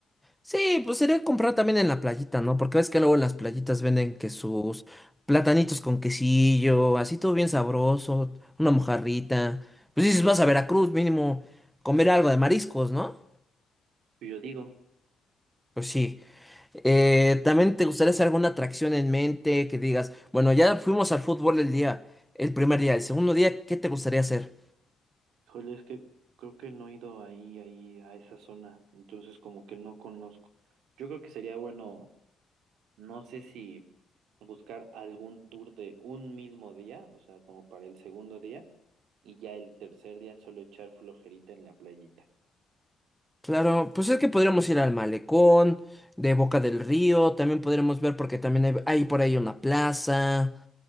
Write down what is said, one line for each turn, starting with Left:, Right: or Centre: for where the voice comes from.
Centre: Sí, pues sería comprar también en la playita, ¿no? Porque ves que luego en las playitas venden que sus platanitos con quesillo, así todo bien sabroso, una mojarrita. Pues dices, vas a Veracruz, mínimo comer algo de mariscos, ¿no?
Right: Yo digo.
Centre: Pues sí. Eh, ¿también te gustaría hacer alguna atracción en mente que digas, bueno, ya fuimos al fútbol el día, el primer día, el segundo día, ¿qué te gustaría hacer?
Right: Híjole, es que creo que no he ido ahí, ahí, a esa zona, entonces como que no conozco. Yo creo que sería bueno, no sé si buscar algún tour de un mismo día, o sea, como para el segundo día, y ya el tercer día solo echar flojerita en la playita.
Centre: Claro, pues es que podríamos ir al malecón, de Boca del Río, también podríamos ver porque también hay, hay por ahí una plaza,